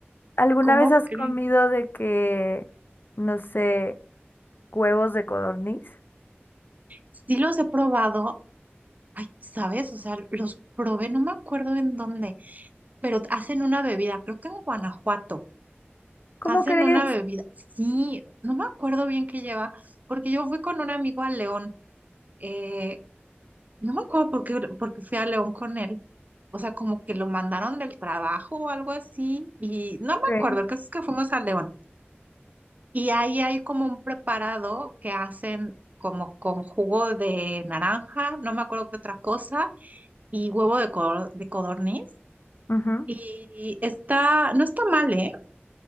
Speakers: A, on the left; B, on the right.
A: ¿alguna
B: ¿cómo
A: vez has
B: crees?
A: comido de que, no sé, Huevos de codorniz.
B: Sí los he probado, ay, ¿sabes? O sea, los probé, no me acuerdo en dónde, pero hacen una bebida, creo que en Guanajuato.
A: ¿Cómo
B: Hacen
A: crees?
B: una bebida, sí, no me acuerdo bien qué lleva, porque yo fui con un amigo a León, eh, no me acuerdo por qué, porque fui a León con él o sea, como que lo mandaron del trabajo o algo así, y no me
A: Ok.
B: acuerdo, el caso es que fuimos al León. Y ahí hay como un preparado que hacen como con jugo de naranja, no me acuerdo qué otra cosa, y huevo de, codor- de codorniz.
A: ujú.
B: Y está, no está mal, ¿eh?